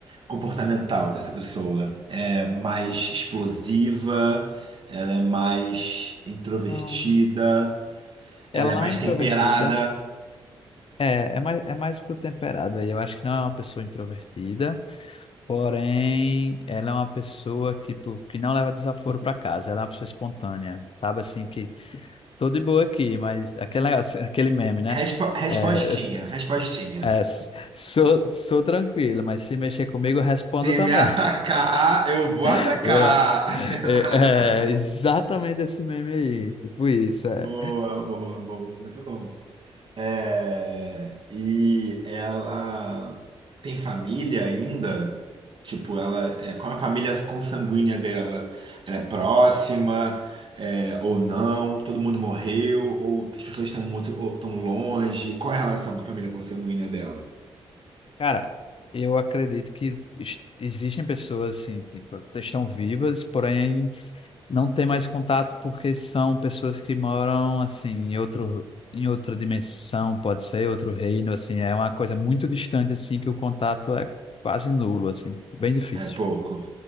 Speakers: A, on the right; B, on the left.
A: comportamental dessa pessoa é mais explosiva, ela é mais introvertida,
B: Não.
A: ela
B: Ela
A: é
B: não
A: mais
B: é introvertida.
A: temperada.
B: É, é mais, é mais pro temperado aí. Eu acho que não é uma pessoa introvertida. Porém, ela é uma pessoa que, tipo, que não leva desaforo pra casa. Ela é uma pessoa espontânea, sabe? Assim, que Tô de boa aqui, mas aquele, negócio- aquele meme, né?
A: Respo- respostinha,
B: É, s- s-
A: respostinha.
B: é, s- sou, sou tranquilo, mas se mexer comigo, eu respondo
A: Se
B: também.
A: me atacar, eu vou atacar.
B: <laughs> Eu, a-
A: <laughs>
B: é, é, exatamente esse meme aí, tipo isso, é.
A: Boa, boa, boa, muito bom. É, e ela tem família ainda, tipo, ela, é, qual é a família consanguínea dela? Ela é próxima, é, ou não? Todo mundo morreu, ou as pessoas estão muito, ou estão longe? Qual é a relação com a família consanguínea dela?
B: Cara, eu acredito que es- existem pessoas assim, tipo, estão vivas, porém não ter mais contato porque são pessoas que moram assim em outro em outra dimensão, pode ser outro reino, assim, é uma coisa muito distante assim que o contato é quase nulo, assim, bem difícil.
A: É pouco.